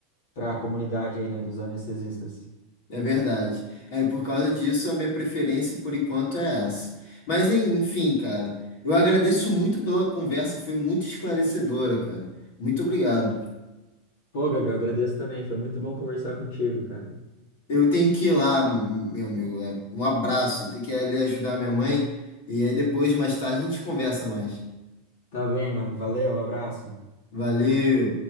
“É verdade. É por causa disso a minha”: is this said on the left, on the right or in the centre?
Left